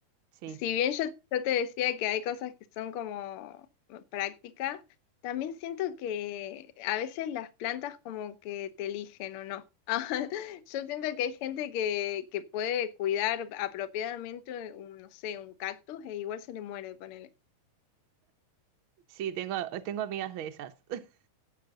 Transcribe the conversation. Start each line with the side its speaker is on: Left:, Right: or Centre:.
Right: Sí,
Left: si bien yo, yo te decía que hay cosas que son como práctica, también siento que a veces las plantas como que te eligen o no. <laughs> Yo siento que hay gente que, que puede cuidar apropiadamente un, no sé, un cactus e igual se le muere, ponele.
Right: sí, tengo, tengo amigas de esas. <laughs>